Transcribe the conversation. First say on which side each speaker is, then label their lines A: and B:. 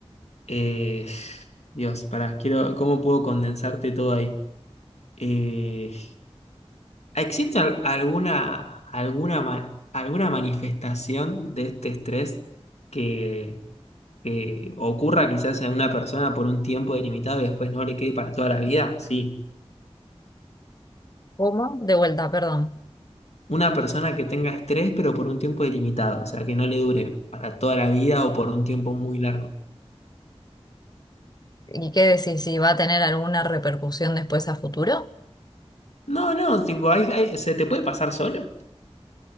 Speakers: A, on the left; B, on the left.
A: Eh, Dios, pará, quiero, ¿cómo puedo condensarte todo ahí? Eh, ¿Existe al- alguna, alguna, ma- alguna manifestación de este estrés que, que ocurra quizás en una persona por un tiempo delimitado y después no le quede para toda la vida? Sí.
B: ¿cómo? De vuelta, perdón.
A: Una persona que tenga estrés pero por un tiempo delimitado, o sea, que no le dure para toda la vida o por un tiempo muy largo.
B: ¿Y qué decís? ¿Si va a tener alguna repercusión después a futuro?
A: No, no, tipo, hay- hay- ¿se te puede pasar solo?